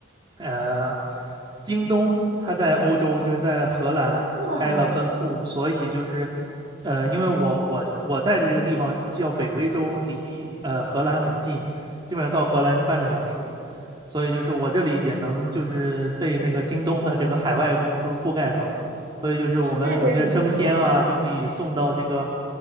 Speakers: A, on the right; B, on the right.
A: 呃，京东它在欧洲就是在荷兰开了分部，
B: 哇，
A: 所以就是，呃，因为我我我在的这个地方是叫北威州，离呃荷兰很近，基本上到荷兰就半个小时。所以就是我这里也能就是被那个京东的这个海外公司覆盖到。所以就是我们有些生鲜啊，
B: 哦，那真是不错。
A: 就可以送到这个